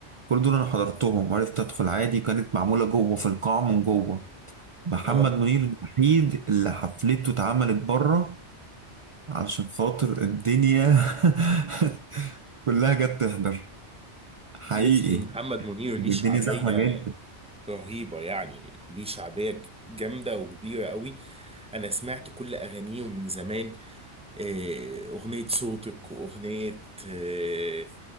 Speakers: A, on the right; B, in the centre.
A: كل دول انا حضرتهم وعرفت ادخل عادي كانت معمولة جوه في القاعة من جوه محمد
B: اه
A: منير الوحيد اللي حفلته اتعملت بره علشان خاطر الدنيا <laughs> كلها جت تحضر حقيقي
B: بص محمد منير
A: يعني
B: ليه شعبيه
A: الدنيا زحمة جدا
B: رهيبه يعني ليه شعبيه جامده وكبيره قوي انا سمعت كل اغانيه من زمان آه، اغنيه صوتك واغنيه آه،